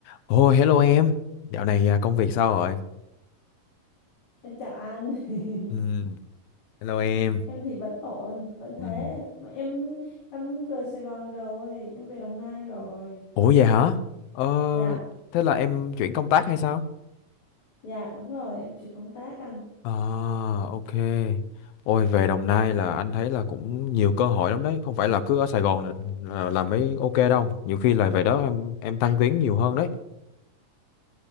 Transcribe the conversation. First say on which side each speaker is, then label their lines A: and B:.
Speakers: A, on the left; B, on the left.
A: Ồ, hello em. Dạo này à, công việc sao rồi?
B: Em chào anh. <laughs>
A: Ừ, hello em.
B: Em thì vẫn ổn, vẫn thế.
A: Ừ.
B: Mà em em rời Sài Gòn rồi, em về Đồng Nai rồi.
A: Ủa vậy hả? Ờ,
B: Dạ,
A: thế là em chuyển công tác hay sao?
B: dạ đúng rồi, em chuyển công tác anh.
A: À, ok. Ôi, về Đồng Nai là anh thấy là cũng nhiều cơ hội lắm đấy. Không phải là cứ ở Sài Gòn là, là làm mới ok đâu. Nhiều khi là về đó em em thăng tiến nhiều hơn đấy.